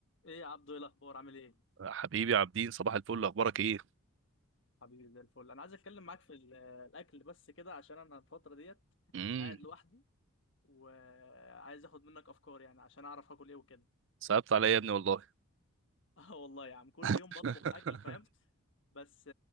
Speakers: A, on the left; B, on the right.
A: ايه يا عبدو ايه الاخبار عامل ايه
B: حبيبي عابدين صباح الفل اخبارك ايه
A: حبيبي زي الفل انا عايز اتكلم معاك في ال- الاكل بس كده عشان انا الفتره ديت
B: امم
A: قاعد لوحدي وعايز اخد منك افكار يعني عشان اعرف اكل ايه وكده
B: صعبت عليا يا ابني والله
A: <laughs> اه والله يا عم كل
B: <laughs>
A: يوم بطبخ اكل فاهم بس